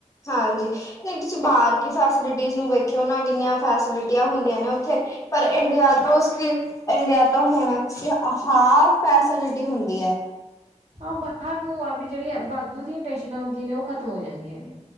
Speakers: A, on the left; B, on the right.
A: ਹਾਂਜੀ, ਨਹੀਂ ਤੁਸੀਂ ਬਾਹਰ ਕੀ ਫੈਸਿਲਿਟੀਜ਼ ਨੂੰ ਵੇਖਿਓ ਨਾ, ਕਿੰਨੀਆਂ ਫੈਸਿਲਿਟੀਆਂ ਹੁੰਦੀਆਂ ਨੇ ਉੱਥੇ। ਪਰ ਇੰਡੀਆ ਤੋਂ ਕਿ ਇੰਡੀਆ ਤੋਂ ਹੋਣਾ ਚ, ਅ ਹ ਫੈਸਿਲਿਟੀ ਹੁੰਦੀ ਹੈ।
B: ਆਾਂ ਬਾਹਰ ਨੂੰ ਆ ਵੀ, ਜਿਹੜੀਆਂ ਵਾਧੂ ਦੀਆਂ ਟੈਸ਼ਨਾਂ ਹੁੰਦੀਆਂ ਨੇ, ਉਹ ਖਤਮ ਹੋ ਜਾਂਦੀਆਂ ਨੇ।